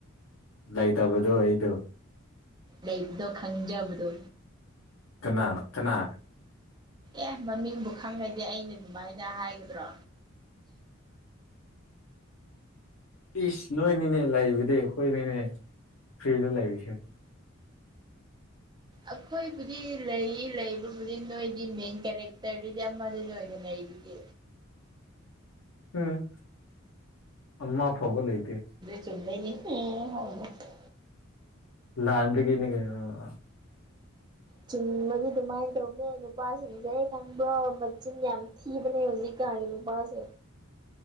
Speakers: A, on the left; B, on the right.
A: ꯂꯩꯇꯕꯗꯣ ꯑꯩꯗꯨ
B: ꯂꯩꯕꯗꯣ ꯈꯪꯖꯕꯗꯨ
A: ꯀꯅꯥꯅ ꯀꯅꯥ
B: ꯑꯦ ꯃꯃꯤꯡꯕꯨ ꯈꯪꯉꯗꯤ ꯑꯩꯅ ꯑꯗꯨꯃꯥꯏꯅ ꯍꯥꯏꯒꯗ꯭ꯔꯣ
A: ꯏꯁ ꯅꯣꯏꯅꯤꯅꯦ ꯂꯩꯕꯗꯤ ꯈꯣꯏꯅꯤꯅꯦ ꯐ꯭ꯔꯤꯗ ꯂꯩꯔꯤꯁꯦ
B: ꯑꯈꯣꯏꯕꯨꯗꯤ ꯂꯩꯌꯦ ꯂꯩꯕꯕꯨꯗꯤ ꯅꯣꯏꯗꯤ ꯃꯦꯟ ꯀꯦꯔꯦꯛꯇꯔꯗꯨꯗꯤ ꯑꯃꯗꯨꯗ ꯑꯣꯏꯅ ꯂꯩꯗꯨꯗꯤ
A: ꯎꯝ ꯑꯃ ꯐꯥꯎꯕ ꯂꯩꯇꯦ
B: ꯁꯨꯝꯃꯦꯅꯤ <unintelligible>
A: ꯂꯥꯟꯕꯔꯤꯒꯤꯅꯦ ꯀꯩꯅꯣ ꯑ
B: ꯆꯨꯝꯕꯒꯤ ꯑꯗꯨꯃꯥꯏ꯭ꯟ ꯇꯧꯕꯅꯦ ꯅꯨꯄꯥꯁꯤꯡꯁꯩ ꯈꯪꯕ꯭ꯔꯣ ꯃꯆꯤꯟ ꯌꯥꯝ ꯊꯤ ꯀꯤꯕꯅꯦ ꯍꯨꯖꯤꯛꯀꯥꯟꯒꯤ ꯅꯨꯄꯥꯁꯦ